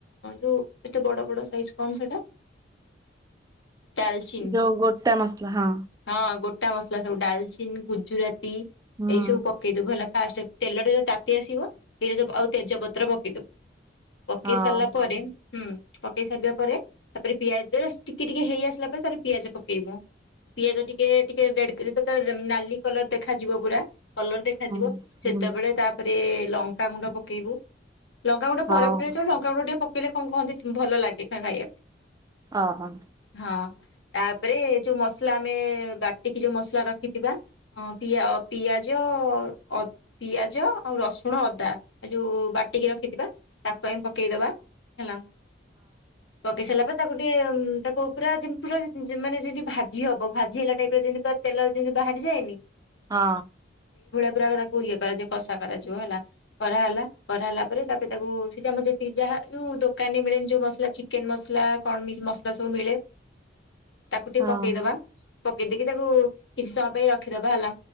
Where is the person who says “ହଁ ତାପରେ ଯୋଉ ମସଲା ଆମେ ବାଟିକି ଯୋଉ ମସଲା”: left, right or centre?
Left